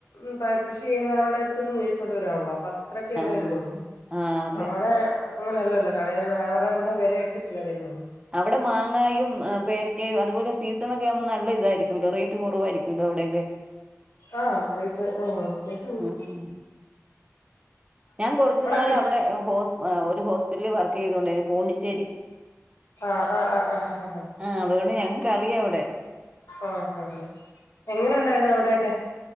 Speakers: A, on the left (about 85°); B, on the right (about 20°).
A: അപ്പൊ കൃഷി ചെയ്യുന്നവരുടെ അടുത്തുന്നവീഴിച്ചുകൊണ്ട വരിവാണല്ലോ അപ്പൊ അത്രയ്‌ക്കേ വില
B: ആഹ് ആഹ്
A: വരുവൊള്ളൂ
B: ആ അതെ
A: അവിടെഅങ്ങനെയല്ലല്ലോ കടയിൽ അടെവിടെ വിലയ എടുത്തിട്ടില്ല തരുവ
B: അവിടെ മാങ്ങായും പേരക്കായും അതുപോലെ സീസണ ഒക്കെ ആവുമ്പോ നല്ല ഇതാരിക്കുലോ റേറ്റ് കുറവാരിക്കുല്ലോ അവിടെയൊക്കെ
A: ആഹ് റേറ്റ് ആഹ്‌ അത്യാ <unintelligible>
B: ഉം ഞാൻ കൊറച്ചു നാൾ
A: കൃഷി
B: അവിടെ ഹോസ് ഒരു ഹോസ്പിറ്റലിൽ വർക്ക് ചെയ്തോണ്ടിരുന്നു പോണ്ടിച്ചേരി
A: ആഹ് ആഹ് ആഹ് ആഹ് ഹാ
B: ആ അതുകൊണ്ട് ഞങ്ങൾക്കറിയാം അവിടെ
A: ആഹ് ആഹാ എങ്ങനെ ഒണ്ടാരുന്നു അവിടെക്കെ